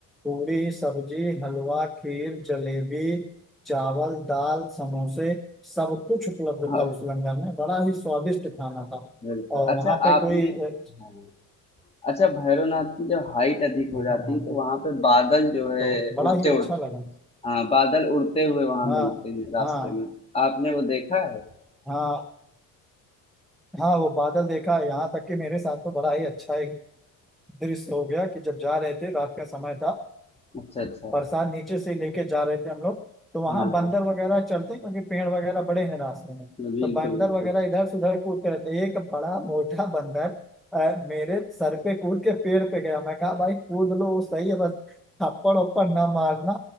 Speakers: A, in the centre; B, on the left.
A: पूरी सब्जी हलवा खीर जलेबी चावल दाल समोसे सब कुछ उपलब्ध
B: हाँ,
A: था उस लंगर में बड़ा ही स्वादिष्ट खाना था
B: बिल्कुल।
A: और
B: अच्छा
A: वहाँ पे
B: आपने
A: कोई अ,
B: हाँ, अच्छा भैरवनाथ की जब हाइट अधिक हो
A: था
B: जाती
A: वहाँ
B: है
A: पे
B: तो वहाँ पे बादल जो है
A: तो बड़ा
B: उड़ते
A: ही अच्छा
B: उड़
A: लगा
B: हाँ, बादल उड़ते हुए वहाँ
A: हाँ
B: मिलते हैं रास्ते
A: हाँ
B: में। आपने वो देखा है?
A: हाँ हाँ वो बादल देखा यहाँ तक कि मेरे साथ तो बड़ा ही अच्छा एक दृश्य हो गया कि जब जा रहे थे रात का समय था
B: अच्छा, अच्छा।
A: बरसात नीचे से लेके जा रहे थे हम लोग तो वहां
B: हाँ,
A: बंदर
B: हाँ।
A: वगैरह चलते हैं, क्योंकि पेड़ वगैरह बड़े हैं रास्ते में
B: बिल्कुल,
A: तो बंदर
B: बिल्कुल।
A: वगैरह इधर से उधर कूदते रहते हैं। एक बड़ा मोटा बंदर अ, मेरे सर पे कूद के पेड़ पे गया मैं कहा भाई कूद लो वो सही है बस थप्पड़ उप्पड़ ना मारना